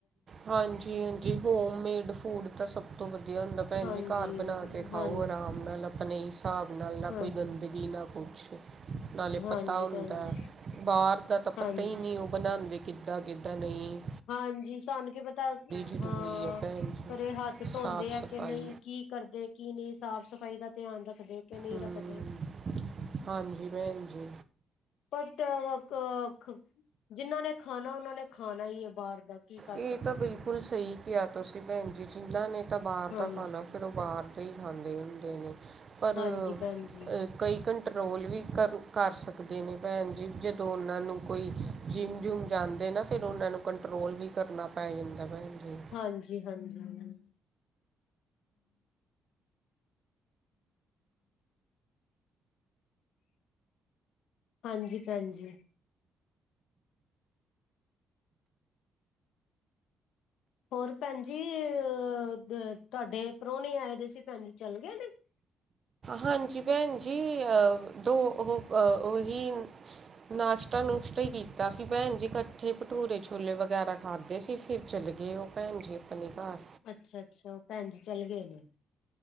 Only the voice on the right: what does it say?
ਹਾਂਜੀ -ਹਾਂਜੀ ਹੋਮ ਮੇਡ ਫੂਡ ਤਾਂ ਸਭ ਤੋਂ ਵਧੀਆ ਹੁੰਦਾ ਭੈਣ
ਜੀ। ਘਰ ਬਣਾ ਕੇ ਖਾਓ
ਆਰਾਮ ਨਾਲ ਆਪਣੇ ਹਿਸਾਬ ਨਾਲ ਨਾ
ਕੋਈ ਗੰਦਗੀ ਨਾ ਕੁਛ। ਨਾਲੇ
ਪਤਾ ਹੁੰਦਾ,
ਬਾਹਰ ਦਾ ਤਾਂ
ਪਤਾ ਈ ਨੀ ਓ ਬਣਾਦੇ ਕਿੱਦਾਂ, ਕਿੱਦਾਂ ਨੀ।
ਜ਼ਰੂਰੀ
ਆ ਭੈਣ ਜੀ
ਸਾਫ
ਸਫਾਈ
ਹਮ
ਹਾਂਜੀ ਭੈਣ ਜੀ।
ਇਹ
ਤਾਂ
ਬਿਲਕੁਲ ਸਹੀ ਕਿਹਾ ਤੁਸੀਂ ਭੈਣ ਜੀ, ਜਿਨ੍ਹਾਂ ਨੇ ਤਾਂ ਬਾਹਰ
ਦਾ ਖਾਣਾ ਏ ਤਾ ਬਾਹਰ ਦੇ ਹੀ ਖਾਂਦੇ ਰਹਿੰਦੇ ਨੇ, ਪਰ
ਏ ਕਈ ਕੰਟਰੋਲ ਵੀ ਕਰ -ਕਰ ਸਕਦੇ ਨੇ ਭੈਣ ਜੀ ਜਦੋਂ ਉਨਾਂ ਨੂੰ ਕੋਈ ਜਿੰਮ -ਜੁਮ ਜਾਂਦੇ ਨਾ ਫਿਰ ਉਹਨਾਂ ਨੂੰ ਕੰਟਰੋਲ ਵੀ ਕਰਨਾ ਪੈ ਜਾਂਦਾ ਭੈਣ ਜੀ।
ਹਾਂਜੀ ਭੈਣ ਜੀ ਅਹ ਦੋ ਉਹ -ਉਹੀ ਨਾਸ਼ਤਾ- ਨੁਸ਼ਤਾ ਈ ਕੀਤਾ ਸੀ ਭੈਣ ਜੀ ਇਕੱਠੇ ਭਟੂਰੇ ਛੋਲੇ ਵਗੈਰਾ ਖਾ ਧੇ ਸੀ ਫਿਰ ਚਲੇ ਗਏ ਉਹ ਭੈਣ ਜੀ ਆਪਣੇ ਘਾਰ।